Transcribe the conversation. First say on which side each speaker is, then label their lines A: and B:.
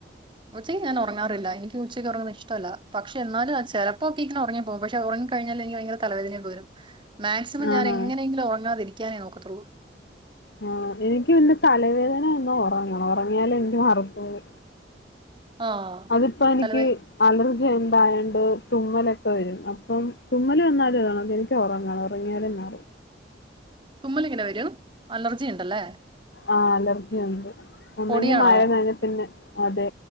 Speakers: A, on the right (about 30°); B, on the left (about 65°).
A: ഉച്ചയ്ക്ക് ഞാൻ ഉറങ്ങാറില്ല എനിക്ക് ഉച്ചയ്ക്ക് ഉറങ്ങുന്നത് ഇഷ്ടമല്ല. പക്ഷെ എന്നാലും ആ ചിലപ്പോക്കെ ഇങ്ങനെ ഉറങ്ങി പോകും. പക്ഷെ ഉറങ്ങി കഴിഞ്ഞാലെനിക്ക് ഭയങ്കര തലവേദനയൊക്കെ വരും. മാക്സിമം ഞാൻ
B: ആണോ
A: എങ്ങനെങ്കിലും ഒറങ്ങാതിരി ക്കാനേ നോക്കത്തൊള്ളൂ
B: ആ എനിക്ക് പിന്നെ തലവേദന വന്നാ ഒറങ്ങണം ഒറങ്ങിയാലെ എനിക്ക് മാറത്തൊള്ളു.
A: ആഹ്
B: അതിപ്പോ എനിക്ക്
A: തലവേ
B: അലർ ജി ഉണ്ടായോണ്ട് തുമ്മലൊക്കെ വരും അപ്പം തുമ്മൽ വന്നാലും അതാണ് എനിക്ക് ഒറങ്ങണം ഒറങ്ങിയാലേ മാറൂ
A: തുമ്മൽ ഇങ്ങനെ വരും അലർജി ഇണ്ടലെ
B: ആഹ് അലർജി ഉണ്ട് ഒന്നെങ്കി
A: പൊടിയാണോ
B: മഴ നനഞ്ഞാ പിന്നെ അതെ